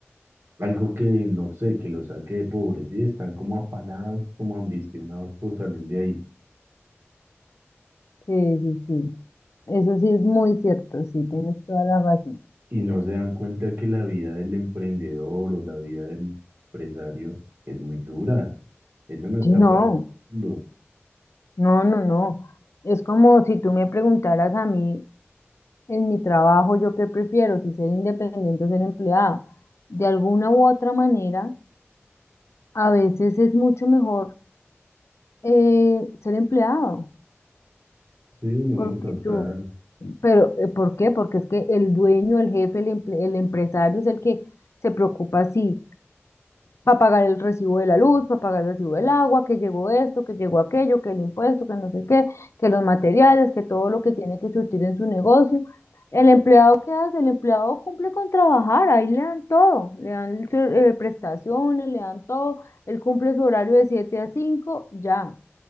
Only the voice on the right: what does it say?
algo que no sé, que lo saque de pobre, ¿sí? Están como afanados, como ambicionados por salir de ahí.
Y no se dan cuenta que la vida del emprendedor o la vida del empresario es muy dura. Eso no está
para
todo el mundo.
Sí, no,
total.